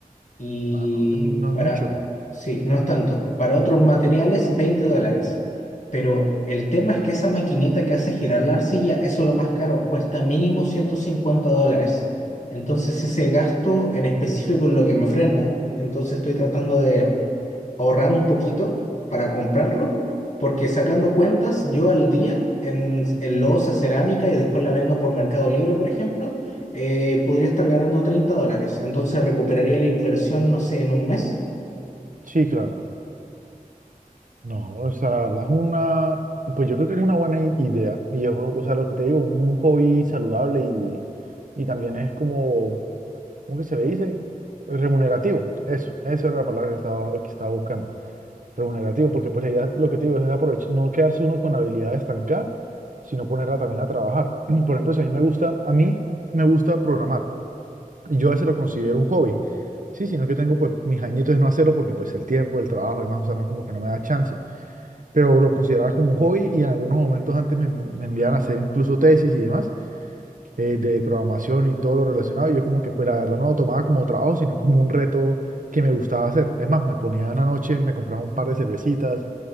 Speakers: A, on the left; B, on the right.
A: Y
B: Ah, No, no, no
A: para,
B: es mucho.
A: sí, no es tanto. Para otros materiales, 20 dólares. Pero el tema es que esa maquinita que hace girar la arcilla, eso es lo más caro, cuesta mínimo 150 dólares. Entonces ese gasto en específico es lo que me frena. Entonces estoy tratando de ahorrar un poquito para comprarlo, porque sacando cuentas, yo al día en, en loza, cerámica y después la vendo por Mercado Libre, por ejemplo, eh, podría estar ganando 30 dólares. Entonces recuperaría la inversión, no sé, en un mes.
B: Sí, claro. No, o sea, la verdad es una, pues yo creo que es una buena i- idea. Y es, o sea, lo que te digo, un hobby saludable y, y también es como ¿Cómo que se le dice? Remunerativo. Eso, esa era la palabra que estaba, que estaba buscando. Remunerativo, porque pues la idea, lo que te digo, es aprovechar, no quedarse uno con la habilidad estancada, sino ponerla también a trabajar. <clears throat> Por ejemplo, si a mí me gusta, a mí me gusta programar. Y yo a veces lo considero un hobby. Sí, sino que tengo pues mis añitos de no hacerlo porque pues el tiempo, el trabajo y demás, o sea, no, como que no me da chance. Pero lo consideraba como un hobby y en algunos momentos antes me, me enviaban a hacer incluso tesis y demás eh, de programación y todo lo relacionado. Y yo como que, pues la verdad no lo tomaba como trabajo, sino como un reto que me gustaba hacer. Es más, me ponía en la noche, me compraba un par de cervecitas